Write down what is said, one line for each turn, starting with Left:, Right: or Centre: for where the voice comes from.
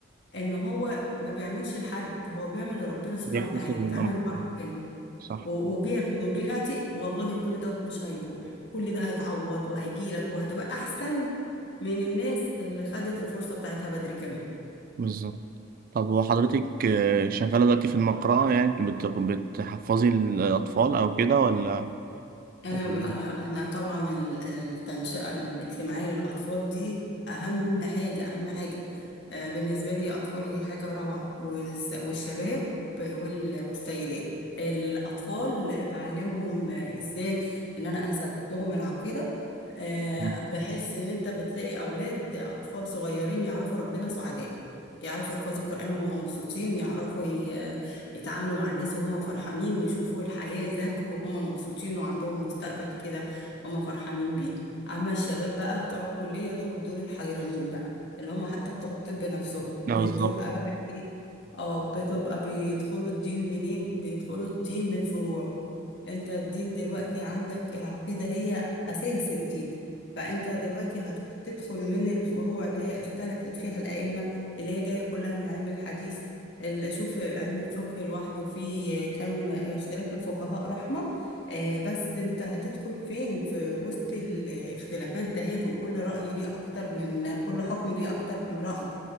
Left: ان هو ما بيعملش لحد هو بيعمل لربنا سبحانه
Right: بيحتسب
Left: وتعالى وبيتعامل
Right: الامر
Left: مع ربنا
Right: صح
Left: و- وبياخد وبيعطي والله كل دوت مش هيروح كل ده هيتعوض وهيجيلك وهتبقى احسن من الناس اللي خدت الفرصة بتاعتها بدري كمان
Right: بالظبط طب وحضرتك آه، شغاله دلوقتي في المقرأة يعني بت- بتحفظي الاطفال او كده ولا
Left: أنا
Right: <laughs>
Left: بقى- أنا طبعا ال- التنشئة الاجتماعية للأطفال دي أهم حاجة أهم حاجة آه، بالنسبة لي أطفالي حاجة روعة والس- والشباب وال- والسيدات الأطفال بعلمهم آه، إزاي إن أنا أثبت لهم العقيدة آه،
Right: ولا-
Left: بحس إن أنت بتلاقي أولاد أطفال صغيرين يعرفوا ربنا سعداء يعرفوا يحفظوا القرآن وهم مبسوطين يعرفوا ي- يتعاملوا مع الناس وهم فرحانين يشوفوا الحياة يذاكروا وهم مبسوطين وعندهم مستقبل كده هم فرحانين بيه أما الشباب بقى بتوع الكلية دول دول الحيرانين بقى اللي هم حتى بتوع الطب نفسهم بتبقى
Right: لا بالظبط
Left: بقى إيه؟ اه بتبقى بيدخلوا الدين منين بيدخلوا الدين من فروعه انت الدين دلوقتي عندك العقيدة هي أساس الدين فانت دلوقتي هتروح تدخل من الفروع اللي هي اختلفت فيها الأئمة اللي هي جاية كلها من علم الحديث ال- اشوف علم الفقه لوحده فيه كم اختلاف الفقهاء رحمة آه، بس انت هتدخل فين في وسط الاختلافات دهيت وكل رأي ليه اكتر من كل حكم ليه اكتر من رأي